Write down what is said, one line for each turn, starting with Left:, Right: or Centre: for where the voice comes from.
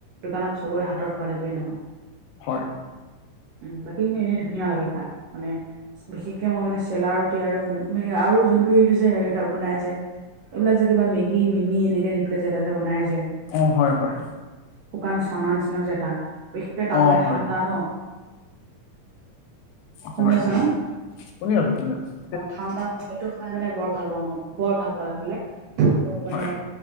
Right: দোকানত চবৰে হাতৰ সোৱাদ একেই নহয়।
Left: হয়।
Right: উম বাকীখিনি এনেই ধুনীয়া লাগে খাই মানে বিশেষকে মই মানে চেলা ৰুটি আৰু আৰু জোনটো এইটো যে হেৰি টা বনাই যে এইবিলাক যে, কিবা মেগী, মিমি, এনেকে দি পেলাই যে, এটা যে বনাই যে।
Left: অ'! হয়, হয়।
Right: শুকান চানা নিচিনা যে, এটা। বিশেষকে তাত
Left: অ
Right: মানে, ঠাণ্ডা
Left: হয়
Right: ন'। শুনি
Left: হয়,
Right: আছা ন
Left: শুনি আছোঁ- শুনি আছোঁ।
Right: অ' ঠাণ্ডা! <unintelligible> এইটো খাই মানে, বৰ ভাল পাওঁ, মই! বৰ ভাল পালা হয়নে? আৰু মানে,
Left: হয়